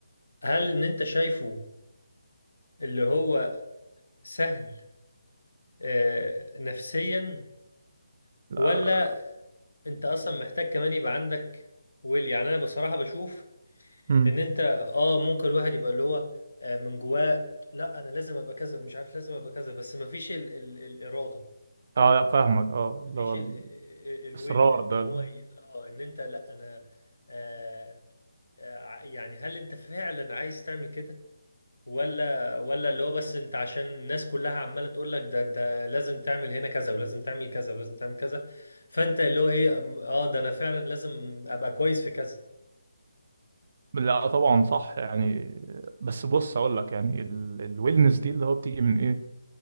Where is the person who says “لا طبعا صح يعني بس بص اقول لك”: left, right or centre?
Right